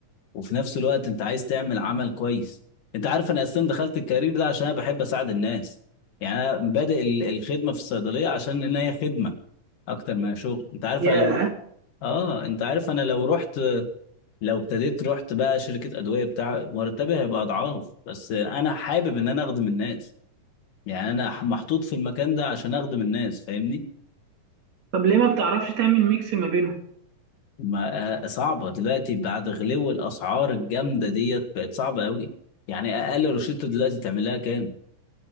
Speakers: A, on the left (about 80°); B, on the right (about 60°).
A: وفي نفس الوقت انت عايز تعمل عمل كويس انت عارف انا اصلا دخلت الكارير ده عشان انا بحب اساعد الناس يعني انا بادئ ال- الخدمة في الصيدلية عشان ان هي خدمة اكتر ما هي شغل انت عارف
B: يا
A: انا لو اه انت عارف انا لو رحت لو ابتديت رحت بقى شركة أدوية بتاع مرتبي هيبقى أضعاف بس أنا حابب إن أنا أخدم الناس يعني أنا ح- محطوط في المكان ده عشان أخدم الناس فاهمني؟
B: طب ليه ما بتعرفش تعمل ميكس ما بينهم
A: ما آه، صعبة دلوقتي بعد غلو الأسعار الجامدة ديت بقت صعبة أوي يعني أقل روشته دلوقتي تعمل لها كام؟